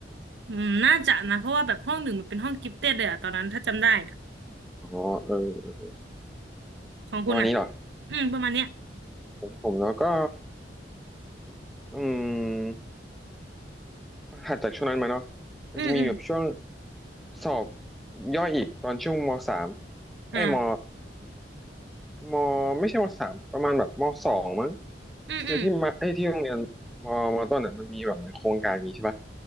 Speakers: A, on the right (about 75°); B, in the centre.
A: อืมน่าจะนะเพราะว่าแบบห้องหนึ่งมันเป็นห้องกิฟเต็ดเลยอ่ะตอนนั้นถ้าจำได้อ่ะ
B: อ๋อเออ
A: ของคุณอ่ะ
B: วันนี้เหรอ
A: อืมประมาณเนี้ย
B: ผมผมแล้วก็อืมถัดจากช่วงนั้นมาเนาะมันจะมีแบบช่วง
A: อืมอืม
B: สอบย่อยอีกตอนช่วงมสามเอ้ยม
A: อ่า
B: มไม่ใช่มสามประมาณแบบมสองมั้ง
A: อืมอืม
B: คือที่มาไอ้ยที่โรงเรียนมมต้นอ่ะมันมีแบบเหมือนโครงการอย่างงี้ใช่ปะ